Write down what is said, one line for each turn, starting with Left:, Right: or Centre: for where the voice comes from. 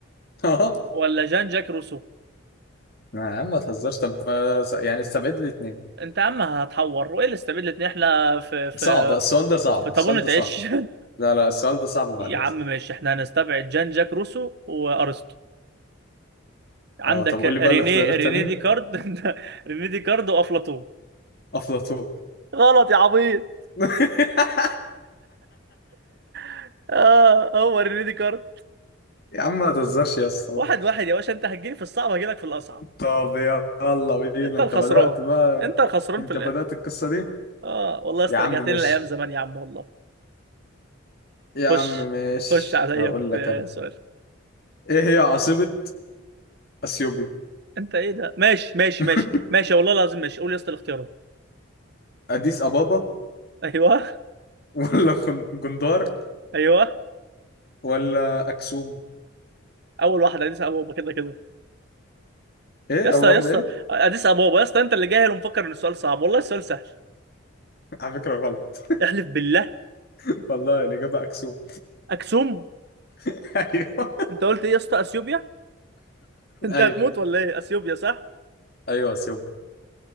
Left: اه
Right: ولا جان جاك روسو
Left: <laughs> يا عم ما تهزرش طب آه، س- يعني استبعد لي اتنين
Right: انت يا عم هتحور وايه اللي استبدلت ان احنا في في
Left: صعب السؤال ده صعب
Right: في طابونة
Left: السؤال ده
Right: عيش
Left: صعب لا لا السؤال ده
Right: <laughs>
Left: صعب بعد
Right: يا
Left: اذنك
Right: عم ماشي احنا هنستبعد جان جاك روسو وارسطو عندك
Left: اه طب قول لي بقى
Right: ريني
Left: الاختيار التانيين
Right: ريني ديكارت <laughs> ريني ديكارت وافلاطون
Left: افلاطون
Right: غلط يا عبيط
Left: <laughs>
Right: <laughs> اه هو ريني ديكارت
Left: يا عم ما تهزرش يا اسطى
Right: واحد واحد يا باشا انت هتجيلي في الصعب هجيلك في الاصعب
Left: طب يلا بينا
Right: انت الخسران
Left: انت بدأت بقى
Right: انت الخسران
Left: انت
Right: في الاخر
Left: بدأت القصة دي
Right: اه والله استرجعتني
Left: يا عم ماشي
Right: لايام زمان يا عم والله
Left: يا
Right: خش
Left: عم ماشي
Right: خش عليا
Left: هقول
Right: في
Left: لك انا
Right: سؤال
Left: ايه هي عاصمة اثيوبي
Right: انت ايه ده ماشي ماشي
Left: <laughs>
Right: ماشي ماشي والله العظيم ماشي قول يا اسطى الاختيارات
Left: اديس ابابا
Right: ايوه
Left: ولا جن- جندار
Right: ايوه
Left: ولا اكسوم
Right: اول واحده اديس ابابا كده كده
Left: ايه
Right: يا اسطى
Left: اول واحده
Right: يا اسطى
Left: ايه
Right: اديس ابابا يا اسطى انت اللي جاهل ومفكر ان السؤال صعب والله السؤال سهل
Left: على فكره غلط
Right: احلف بالله
Left: <laughs> والله الاجابه اكسوم
Right: اكسوم
Left: <laughs> ايوه
Right: انت قلت ايه يا اسطى اثيوبيا <laughs> انت
Left: ايوه
Right: هتموت ولا ايه اثيوبيا صح
Left: ايوه اثيوبي